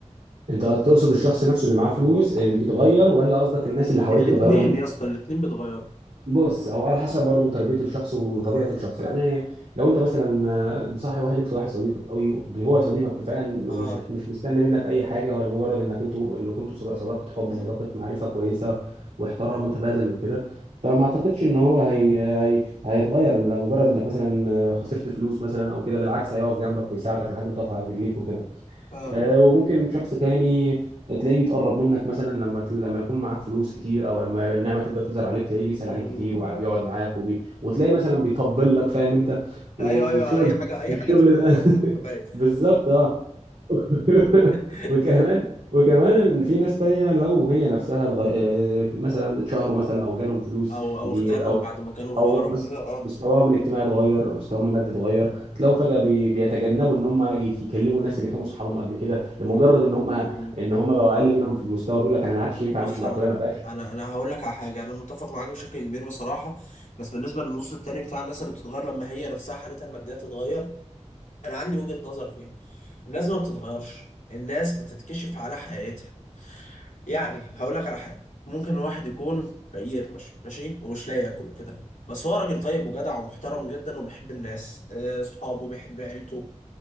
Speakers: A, on the right; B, on the left.
A: انت تقصد الشخص نفسه اللي معاه فلوس يتغير ولا قصدك الناس اللي حواليك
B: الاتنين
A: يتغيروا من
B: يا اسطى الاتنين بيتغيروا
A: بص هو على حسب برضو تربية الشخص وطبيعة الشخص يعني لو انت مثلا آه، مصاحب واهلك صاحب صديقك قوي هو صديقك فعلا
B: اه
A: ومش محت... مش مستني منك اي حاجة ولا مجرد انك انتوا ان كنتوا صدا- صداقة حب
B: امم
A: وصداقة معرفة كويسة واحترام متبادل وكده فما اعتقدش ان هو هي... هي... هيتغير لو مجرد انك مثلا آه، خسرت فلوس مثلا او كده بالعكس هيقف جنبك ويساعدك لحد ما تقف على رجليك وكده
B: اه
A: آه، وممكن شخص تاني تلاقيه بيتقرب منك مثلا لما ت- لما يكون معاك فلوس كتير او لما النعمه تبدا تظهر عليك تلاقيه بيسال
B: مم.
A: عليك كتير وبيقعد معاك وبي... وتلاقي مثلا بيطبل لك فاهم انت وشغل
B: ايوه ايوه اي حاجه اي
A: والشغل
B: حاجه تيجي
A: ده
B: من ريحه الحبايب
A: <laughs> بالظبط اه <laughs>
B: <laughs>
A: وكمان وكمان ان في ناس تانية لو هي نفسها اتغ... آه، مثلا اتشهروا مثلا او جالهم فلوس
B: او او
A: كتير
B: اختنوا
A: او
B: بعد ما كانوا فقراء
A: او مس...
B: كده اه
A: مستواهم الاجتماعي اتغير مستواهم المادي اتغير تلاقيهم فجأة بي... بيتجنبوا ان هم يت- يكلموا الناس اللي كانوا صحابهم قبل كده لمجرد
B: مم.
A: ان هم ان هم بقوا اقل منهم في المستوى بيقول لك انا ما عادش ينفع
B: بص
A: امشي مع
B: انا
A: فلان ما بقاش
B: انا انا هقول لك على حاجه انا متفق معاك بشكل كبير بصراحه بس بالنسبه للنص التاني بتاع الناس اللي بتتغير لما هي نفسها حالتها الماديه تتغير انا عندي وجهه نظر فيها الناس ما بتتغيرش الناس بتتكشف على حياتها يعني هقول لك على حاجه ممكن واحد يكون فقير ماشي ماشي ومش لاقي ياكل وكده بس هو راجل طيب وجدع ومحترم جدا وبيحب الناس آه، اصحابه بيحب عيلته